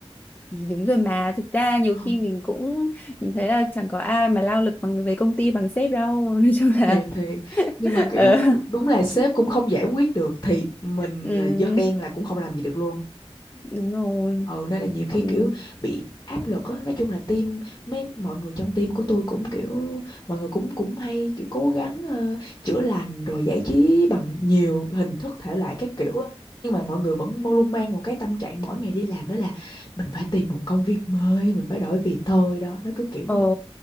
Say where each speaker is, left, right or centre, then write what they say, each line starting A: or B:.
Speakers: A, on the left; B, on the left.
A: thì đúng rồi mà thực ra nhiều
B: Ờ,
A: khi mình cũng mình thấy là chẳng có ai mà lao lực bằng về công ty bằng sếp đâu <laughs> nói chung là
B: thiệt thiệt
A: <laughs>
B: nhưng mà kiểu
A: ờ
B: đúng là sếp cũng không giải quyết được thì mình
A: ừ.
B: là dân đen là cũng không làm gì được luôn
A: đúng rồi
B: ừ nên là nhiều khi
A: ừ.
B: kiểu bị áp lực á nói chung là team mấy mọi người trong team của tôi cũng kiểu mọi người cũng cũng hay kiểu cố gắng ờ, chữa lành rồi giải trí bằng nhiều hình thức thể loại các kiểu á nhưng mà mọi người vẫn mô- luôn mang một cái tâm trạng mỗi ngày đi làm đó là mình phải tìm một công việc mới mình phải đổi việc thôi đó nó cứ kiểu như
A: ờ
B: vậy